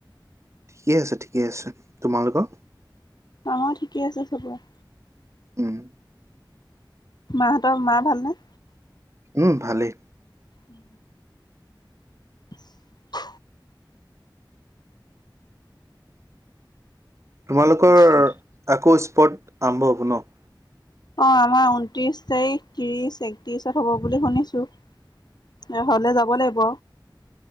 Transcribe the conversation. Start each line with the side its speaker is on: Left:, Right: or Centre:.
Right: ঠিকে আছে- ঠিকে আছে তোমালোকৰ?
Left: আমাৰো ঠিকেই আছে চবৰে।
Right: উম
Left: মাহঁতৰ মা ভালনে?
Right: উম, ভালেই
Left: উম <inaudible>
Right: তোমালোকৰ
Left: ভালনে
Right: আকৌ স্পট আৰম্ভ হ'ব ন'?
Left: অহ, আমাৰ ঊনত্ৰিশ তাৰিখ, ত্ৰিশ, একত্ৰিশত হ'ব বুলি শুনিছো। এ হলে যাব লাগিব